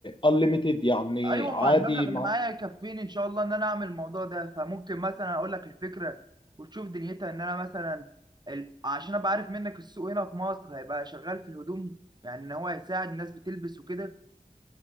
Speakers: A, on the left (about 35°); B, on the right (about 30°).
A: unlimited يعني
B: ايوه
A: عادي
B: ما المبلغ
A: مع
B: اللي معايا يكفيني ان شاء الله ان انا اعمل الموضوع ده فممكن مثلا اقول لك الفكره وتشوف دنيتها ان انا مثلا ال... عشان ابقى عارف منك السوق هنا في مصر هيبقى شغال في الهدوم يعني ان هو هيساعد الناس بتلبس وكده